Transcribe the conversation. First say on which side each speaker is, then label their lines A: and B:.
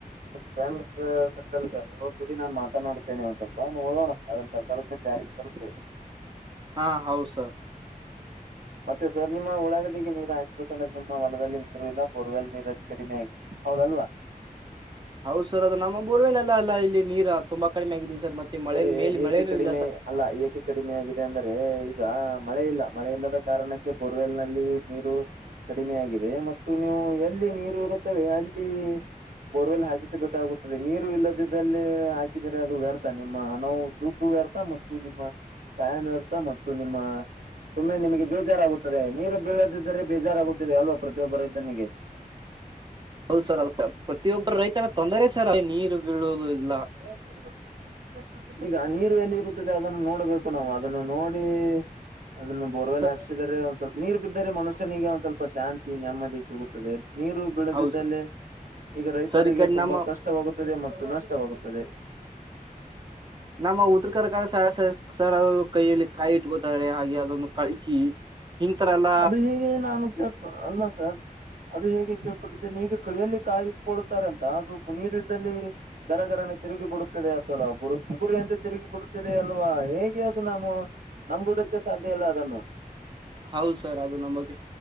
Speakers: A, on the right; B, on the right.
A: ಫ್ರೆಂಡ್ಸ್ ಸರ್ಕಲ್ ಇದ್ದಾರೆ ಅವ್ರ ಜೊಡಿ ನಾನು ಮಾತನಾಡುತ್ತೇನೆ ಒಂದ್ ಸ್ವಲ್ಪ ನೋಡೋಣ ಅದನ್ ಸರ್ಕಾರದ ಮೇಲೆ ಜಾರಿಗೆ.
B: <inaudible>
A: ತರುತ್ತೇವೆ
B: ಹಾ ಹೌದು ಸರ್.
A: ಮತ್ತೆ ಸರ್ ನಿಮ್ಮ ಉಳಾಗಡಿಗೆ ನೀರು ಹಚ್ಬೇಕಂದ್ರೆ ನಿಮ್ಮ ಹೊಲದಲ್ಲಿ ನೀರು ಇಲ್ಲ ಬೋರ್ವೆಲ್ ನೀರಲ್ಲಿ ಕಡಿಮೆ ಆಗಿಲ್ಲ. ಹೌದಲ್ವಾ.
B: ಹೌದು ಸರ್ ಅದು ನಮ್ಮ ಬೋರ್ವೆೇಲೆಲ್ಲ ಅಲ್ಲ ಇಲ್ಲಿ ನೀರ ತುಂಬಾ ಕಡಿಮೆ ಆಗಿದೆ ಸರ್ ಮತ್ತೆ. ಮಳೆ
A: ಸರಿ
B: ಮೇಲೆ
A: ಏಕೆ
B: ಮಳೆನೂ
A: ಕಡಿಮೆ.
B: ಇಲ್ಲ ಸರ್
A: ಅಲ್ಲ ಏಕೆ ಕಡಿಮೆ ಆಗಿದೆ ಅಂದ್ರೆ ಈಗ ಮಳೆ ಇಲ್ಲ ಮಳೆ ಇಲ್ಲದ ಕಾರಣಕ್ಕೆ ಬೋರ್ವೆಲ್ ನಲ್ಲಿ ನೀರು. ಕಡಿಮೆಯಾಗಿದೆ ಮತ್ತು ನೀವು ಎಲ್ಲಿ ನೀರು ಇರುತ್ತವೆ ಅಲ್ಲಿ. ಬೋರ್ವೆಲ್ ಹಾಕಿಸಬೇಕಾಗುತ್ತದೆ ನೀರು ಇಲ್ಲದಿದ್ದಲ್ಲಿ ಹಾಕಿದರೆ ಅದು ವ್ಯಥ. ನಾವು ದುಡ್ಡು ವ್ಯರ್ಥ ಮತ್ತು ನಿಮ್ಮ ಟಾಯಾಮ್ ವ್ಯರ್ಥ ಮತ್ತು ನಿಮ್ಮ. ಸುಮ್ಮನೆ ನಿಮಗೆ ಬೇಜಾರಾಗುತ್ತದೆ ನೀರು ಬೀಳದಿದ್ದರೆ ಬೇಜಾರಾಗುತ್ತಿದೆ ಅಲ್ವಾ ಪ್ರತಿಯೊಬ್ಬ ರೈತನಿಗೆ.
B: ಹೌದು ಸರ್ ಅದು ಪ್ರತಿಯೊಬ್ಬರು ರೈತನ ತೊಂದರೆ ಸರ್ ನೀರು ಬೀಳುವುದು ಇಲ್ಲ.
A: <inaudible> ಈಗ ನೀರು ಎಲ್ಲಿ ಹರಿಯುತ್ತದೆ ಅದನ್ನು ನೋಡ್ಬೇಕು ನಾವು ಅದನ್ನು ನೋಡಿ. ಅದನ್ನು ಬೋರ್ವೆಲ್
B: ಸರ್
A: ಹಾಕ್ಸಿದರೆ ಒಂದ ಸ್ವಲ್ಪ. ನೀರು ಬಿದ್ದರೆ ಮನುಷ್ಯನಿಗೆ ಒಂದ್ ಸ್ವಲ್ಪ ಶಾಂತಿ ನೆಮ್ಮದಿ ಸಿಗುತ್ತದೆ ನೀರು. ಬೆಳದಿದ್ದಲ್ಲೆ
B: ಹೌದು ಸರ್
A: ಈಗ ರೈ.
B: ಸರ್ ಈ ಕಡೆ ನಮ್ಮ
A: ನಷ್ಟವಾಗುತ್ತದೆ ಮತ್ತು ನಷ್ಟವಾಗುತ್ತದೆ.
B: ನಮ್ಮ ಉತ್ರಕರಕರ ಸಸ. ಸರ್ ಅದು ಕೈಯಲ್ಲಿ ಕಾಯಿಟ್ಕೊತಾರೆ ಹಾಗೆ ಅದನ್ನು ಕಳಿಸಿ. ಈ ತರ ಎಲ್ಲ.
A: ಅದು ಹೀಗೆ ನಾನು ಕೇಳ್ತದ ಅಲ್ಲ ಸರ್ ಅದು ಹೇಗೆ ಕೇಳ್ಪಟ್ಟಿದ್ದೇನೆ ಹೀಗೆ ಕೈಯಲ್ಲಿ ಕಾಯಿ. ಕೊಳ್ಳತಾರೆ ಅಂತ ಅದು ನೀರು ಇದ್ದಲ್ಲಿ. ಗರಗರನಿ ತಿರುಗಿ ಬಿಡುತ್ತದೆ ಅಥವಾ ಬುಗುರಿ ಅಂತೆ ತಿರುಗಿ ಬಿಡತದೆ ಅಲ್ವಾ ಹೇಗೆ ಅದು ನಾನು. ನಂಬೋದಕ್ಕೆ ಸಾಧ್ಯ ಇಲ್ಲ ಅದನ್ನು.
B: ಹೌದು ಸರ್ ಅದು ನಮಗೆ.